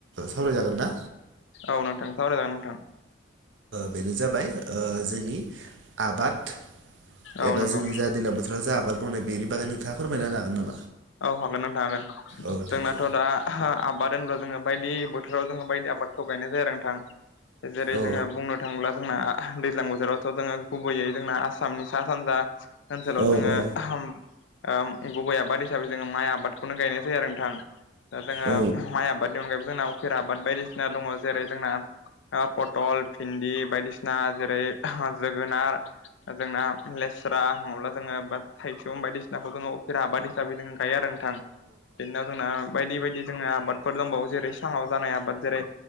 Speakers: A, on the right (about 75°); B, on the left (about 75°).
A: रायलायजागोन दा
B: औ नोंथां सावराय जागोन नोंथां
A: बेनो जाबाय ओ जोंनि आबाद
B: औ
A: एबा
B: नंगौ
A: जोंनि जा दैलां बोथोराव जा आबाद मावनाय बेनि बागै नोंथाङा फोरमायनो हागोन नामा
B: औ हागोन नों थागोन
A: औ दिनै
B: जोंनाथ' दा आबाद होनब्ला जोङो बायदि बोथोराव जोङो बायदि आबादखौ गायनाय जाया नोंथां जेरै
A: औ
B: जोङो बुंनो थाङोब्ला जोंना दैज्लां बोथोरावथ' जोंङो गुबैयै जोंना आसामनि सा सानजा ओनसोलाव
A: औ
B: जोंङो
A: औ
B: गुबै आबाद हिसाबै जोंङो माइ आबादखौनो गायनाय जायो आरो नोंथां दा जोंङो
A: औ
B: माइ आबादनि अनगायैबो जोंना उफेरा आबाद बायदिसिना दंङ जेरै जोंना पटल भिन्दि बायदिसिना जेरै जोगोनार जोंना लेस्रा नंङाब्ला जोंङो बा थाइसुम बायदिसिनाखौ जोंङो अफेर आबाद हिसाबै जोंङो गायो आरो नोंथां बेनि उनाव जोंना बायदि बायदि जोंङो आबादफोर दंबावो जेरै साङाव जानाय आबाद जेरै